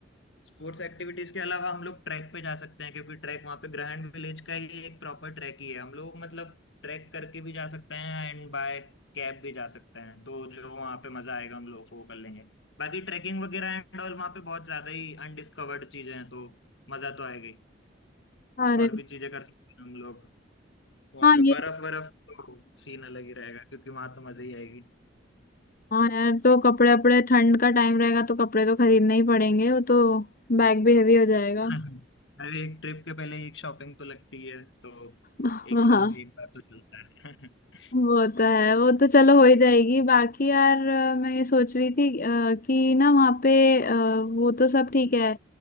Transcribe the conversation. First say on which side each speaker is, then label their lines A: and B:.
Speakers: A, on the left; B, on the left.
A: स्पोर्ट्स एक्टिविटीज के अलावा हम लोग ट्रैक पे जा सकते हैं क्योंकि ट्रैक वहाँ पे ग्रैंड विलेज का ही एक प्रॉपर ट्रैक ही है हम लोग मतलब ट्रैक करके भी जा सकते हैं एंड बाय कैब भी जा सकते हैं तो जो वहाँ पे मजा आएगा हम लोग वो कर लेंगे बाकी ट्रैकिंग वगैरह एंड और वहाँ पे बहुत ज्यादा ही अनडिस्कवर्ड चीजें हैं तो मजा तो आएगी
B: अरे
A: और भी चीजें कर सकते हैं हम लोग वहाँ
B: हाँ
A: पे
B: ये
A: बर्फ बर्फ तो सीन अलग ही रहेगा क्योंकि वहां तो मजा ही आएगी
B: हाँ यार तो कपड़े अपड़े ठंड का टाइम रहेगा तो कपड़े तो खरीदने ही पड़ेंगे वो तो बैग भी हेवी हो जाएगा
A: <laughs> हर एक ट्रिप के पहले एक शॉपिंग तो लगती है तो
B: हाँ
A: एक साल में एक बार तो चलता है <laughs>
B: वो तो है वो तो चलो हो ही जाएगी बाकी यार अ, मैं ये सोच रही थी अ, कि ना वहाँ पे अ, वो तो सब ठीक है